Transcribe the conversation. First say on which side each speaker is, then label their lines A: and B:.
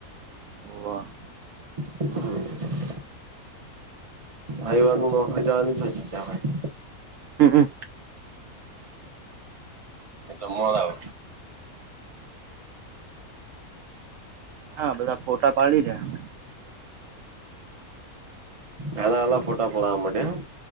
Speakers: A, on the right; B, on the right.
A: હોવ.
B: હ ક. રવિ વારનું ચો નોકરી જવાની ચિંતા છે તે.
A: હમ હ
B: એ તો મળ આવ.
A: હા બધા ફોટા પાડી દ્યા.
B: એ એલા પોટા પોડા માટે.